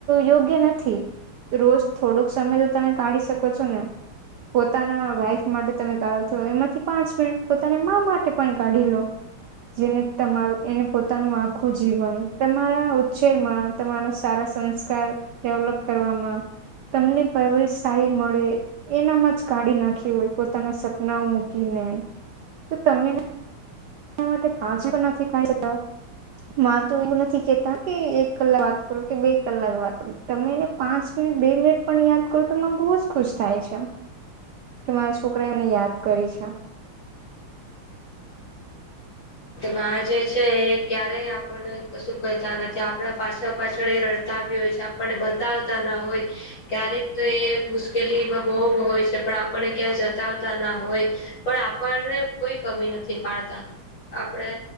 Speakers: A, on the right; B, on the left.
A: યોગ્ય નથી રોજ થોડોક સમય તો તમે કાઢી શકો છો ને પોતાના વાઈફ માટે તમે કાઢો તો એમાંથી પાંચ મિનિટ પોતાના મા માટે પણ કાઢી લો. જેને તમારું એને પોતાનું આખું જીવન તમારા ઉ્છેર માં તમારા સારા સંસ્કાર ડેવલપ કરવામાં તમને પરવરશ સારી મળે. એનામાં જ કાઢી નાખી હોય પોતાના સપનાઓ મૂકીને. તો તમે એના માટે પાછ નથી કાઢી શકતા માં તો એવું નથી કેતા કે એક કલાક વાત કરો કે બે કલાક વાત કર તમે એને પાંચ મિનિટ બે મિનિટ પણ યાદ કરો તો મને બહુ જ ખુશ થાય છે.
B: <inaudible>
A: કે મારા છોકરા એમને યાદ કરી છે.
B: મા જે છે એ ક્યારેય આપણ કશું કહેતા નથી. આપ આપ પાછળ પાછળ રડતા બી હોય છે. આપણને બતાવતા ના હોય. ક્યારેક તો એ મુશ્કેલીમાં બહુ હોય છે. પણ આપણને ક્યાંય જતાવતા ના હોય. પણ આપણને કોઈ કમી નથી પાડતા. આપણે